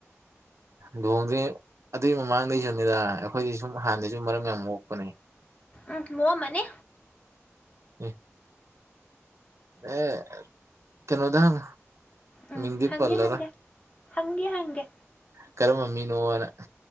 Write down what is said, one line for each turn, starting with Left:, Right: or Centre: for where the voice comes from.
Right: ꯂꯨꯍꯣꯡꯗ꯭ꯔꯤ ꯑꯗꯨꯏ ꯃꯃꯥꯡꯗꯩꯁꯨꯅꯤꯗ ꯑꯩꯈꯣꯏꯗꯤ ꯁꯨꯝ ꯍꯥꯟꯗꯩꯁꯨ ꯃꯔꯝ ꯌꯥꯝ ꯃꯣꯛꯄꯅꯦ
Left: ꯎꯝ ꯃꯣꯛꯑꯝꯃꯅꯤ
Right: ꯑꯦ ꯑꯦ ꯀꯩꯅꯣꯗ ꯍꯪꯉꯣ
Left: ꯎꯝ
Right: ꯃꯤꯛꯗꯤ
Left: ꯍꯪꯒꯦ
Right: ꯄꯜꯂꯔꯣꯏ
Left: ꯍꯪꯒꯦ ꯍꯪꯒꯦ ꯍꯪꯒꯦ
Right: ꯀꯔꯝꯕ ꯃꯤꯅꯣꯅ